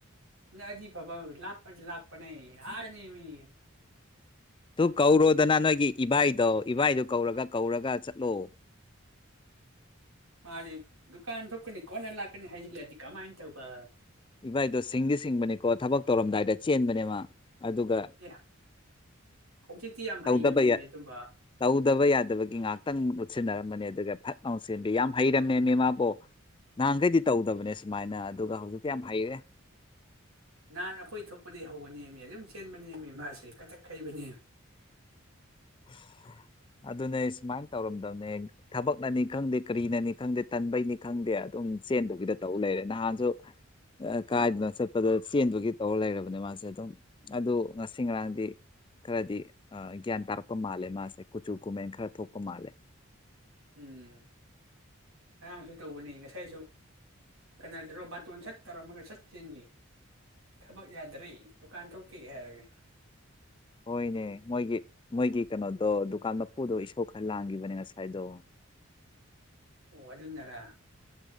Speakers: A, on the right; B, on the left.
A: ꯅꯛꯑꯗꯤ ꯐꯥꯕ ꯂꯥꯞꯄꯗꯤ ꯂꯥꯛꯄꯅꯦ ꯑꯗꯅꯦꯃꯤ
B: ꯇꯨ ꯀꯧꯔꯣꯗꯅ ꯅꯣꯏꯒꯤ ꯏꯚꯏꯗꯣ ꯏꯚꯏꯗꯨ ꯀꯧꯔꯒ ꯀꯧꯔꯒ ꯆꯥꯠꯂꯣ <inaudible>
A: ꯃꯥꯗꯤ ꯗꯨꯀꯥꯟ ꯊꯣꯛꯀꯅꯤ ꯀꯣꯟꯅ ꯂꯥꯛꯀꯅꯤ ꯍꯥꯏꯖꯤꯜꯂꯛꯑꯗꯤ ꯀꯃꯥꯏꯟ ꯇꯧꯕ
B: ꯏꯕꯥꯏꯗꯣ ꯁꯤꯡꯗꯤ ꯁꯤꯡꯕꯅꯤꯀꯣ ꯊꯕꯛ ꯇꯧꯔꯝꯗꯥꯏꯗ ꯆꯦꯟꯕꯅꯦꯃꯥ ꯑꯗꯨꯒ
A: ꯑꯦ ꯍꯧꯖꯤꯛꯇꯤ ꯌꯥꯝ
B: ꯇꯧꯗꯕ
A: ꯍꯩꯕꯅꯦꯃꯤ ꯑꯗꯨꯝꯕ
B: ꯇꯧꯗꯕ ꯌꯥꯗꯕꯒꯤ ꯉꯛꯇꯪ ꯎꯠꯁꯤꯟꯅꯔꯝꯃꯅꯤ ꯑꯗꯨꯒ ꯐꯠ ꯂꯥꯎ ꯆꯦꯟꯕ ꯌꯥꯝ ꯍꯩꯔꯝꯃꯦ ꯃꯤꯃꯕꯨ ꯅꯍꯥꯟꯒꯩꯗꯤ ꯇꯧꯗꯕꯅꯦ ꯁꯨꯃꯥꯏꯅ ꯑꯗꯨꯒ ꯍꯧꯖꯤꯛ ꯌꯝ ꯍꯩꯔꯦ
A: ꯅꯍꯥꯟ ꯑꯩꯈꯣꯏ ꯊꯣꯛꯄꯗꯒꯤ ꯍꯧꯕꯅꯦꯃꯤ ꯑꯗꯨꯝ ꯆꯦꯟꯕꯅꯦꯃꯤ ꯃꯥꯁꯦ ꯀꯗꯛ ꯍꯩꯕꯅꯤ
B: <inaudible> ꯑꯗꯨꯅꯦ ꯁꯨꯃꯥꯏꯅ ꯇꯧꯔꯝꯗꯕꯅꯦ ꯊꯕꯛꯅꯅꯤ ꯈꯪꯗꯦ ꯀꯔꯤꯅꯅꯤ ꯈꯪꯗꯦ ꯇꯟꯕꯩꯅꯤ ꯈꯪꯗꯦ ꯑꯗꯨꯝ ꯆꯦꯟꯗꯨꯒꯤꯗ ꯇꯩ ꯂꯩꯔꯦ ꯅꯍꯥꯟꯁꯨ ꯀꯥꯏꯗꯅ ꯆꯠꯄꯗ ꯆꯦꯟꯗꯨꯒꯤ ꯇꯧꯔ ꯂꯩꯔꯕ ꯃꯥꯁꯦ ꯑꯗꯨꯝ ꯑꯗꯨ ꯉꯁꯤ ꯉꯔꯥꯡꯗꯤ ꯈꯔꯗꯤ ꯒ꯭ꯌꯥꯟ ꯇꯥꯔꯛ ꯄ ꯃꯥꯜꯂꯦ ꯃꯥꯁꯦ ꯀꯨꯆꯨ ꯀꯨꯃꯦꯟ ꯈꯔ ꯊꯣꯛꯄ ꯃꯥꯜꯂꯦ
A: ꯎꯝ ꯉꯔꯥꯡꯁꯨ ꯇꯧꯕꯅꯤ ꯉꯁꯥꯏꯁꯨ ꯀꯩꯅꯣ ꯇꯔꯣ ꯕꯥꯇꯣꯟ ꯁꯠ ꯇꯧꯔꯝꯃꯒ ꯁꯠ ꯆꯦꯟꯈꯤ ꯊꯕꯛ ꯌꯥꯗꯔꯦ ꯗꯨꯀꯥꯟ ꯊꯣꯛꯀꯦ ꯍꯥꯏꯔꯒ
B: ꯍꯣꯏꯅꯦ ꯃꯣꯏꯒꯤ ꯃꯣꯏꯒꯤ ꯀꯩꯅꯣꯗꯣ ꯗꯨ ꯀꯥꯟ ꯃꯄꯨꯗꯣ ꯏꯁꯧ ꯈꯔ ꯂꯥꯡꯈꯤꯕꯅꯦ ꯉꯁꯥꯏꯗꯣ
A: ꯑꯣ ꯑꯗꯨꯅꯔ